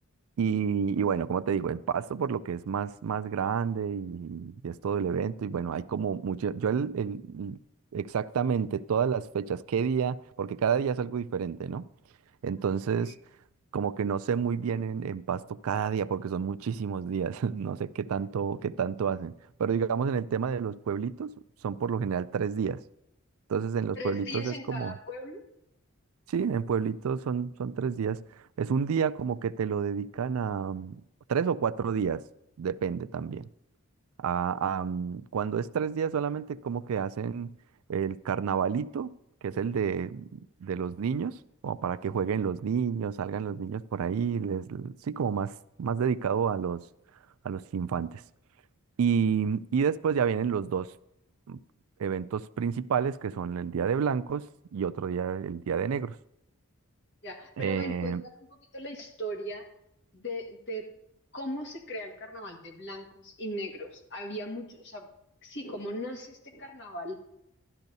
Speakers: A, on the right (about 70°); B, on the left (about 50°).
A: Y, y bueno, como te digo, el Pasto por lo que es más, más grande y, y es todo el evento. Y bueno, hay como mucho, yo el, el- el- exactamente todas las fechas, qué día, porque cada día es algo diferente, ¿no? Entonces,
B: Ah, ok.
A: como que no sé muy bien en, en Pasto cada día, porque son muchísimos días, <laughs> no sé qué tanto, qué tanto hacen. Pero digamos en el tema de los pueblitos, son por lo general tres días. Entonces, en los
B: ¿Tres
A: pueblitos
B: días
A: es
B: en
A: como
B: cada pueblo?
A: Sí, en Pueblito son, son tres días. Es un día como que te lo dedican a mm, tres o cuatro días, depende también. A, a, mm, cuando es tres días solamente como que hacen el carnavalito, que es el de, de los niños, como para que jueguen los niños, salgan los niños por ahí, les, sí, como más, más dedicado a los, a los infantes. Y, mm, y después ya vienen los dos mm, eventos principales, que son el Día de Blancos y otro día, el Día de Negros.
B: Ya,
A: Eh,
B: pero ven, cuéntame un poquito la historia de, de cómo se crea el carnaval de blancos y negros. Había muchos, o sea, sí, cómo nace este carnaval,